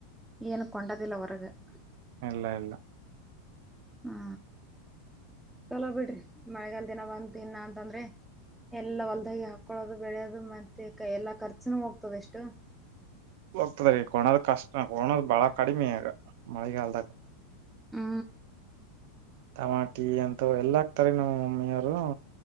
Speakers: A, in the centre; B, on the right.
A: ಏನ್ ಕೊಂಡದಿಲ್ಲ ಹೊರಗ <inaudible>
B: ಇಲ್ಲ ಇಲ್ಲ
A: ಹಾ ಚಲೋ ಬಿಡ್ರಿ ಮಳೆಗಾಲ ದಿನ ಬಂದ ಇನ್ನ ಅಂತಂದ್ರೆ ಎಲ್ಲಾ ಹೊಲ್ದಾಗಿ ಹಾಕ್ಕೊಳೋದು ಬೆಳೆಯೋದು ಮತ್ತೆ ಎಲ್ಲಾ ಖರ್ಚನ ಹೋಗ್ತದೆ ಎಷ್ಟು
B: ಹೋಗ್ತದೆ ಕೋಣದ ಕಷ್ಟ ಹೋಣದು ಬಾಳ ಕಡಿಮೆ ಆಗ ಮಳೆಗಾಲದ
A: ಹ್ಮ
B: ಟಮಾಟಿ ಅಂತ ಎಲ್ಲ ಹಾಕ್ತಾರೆ ನಮ್ಮ ಮಮ್ಮಿಯರು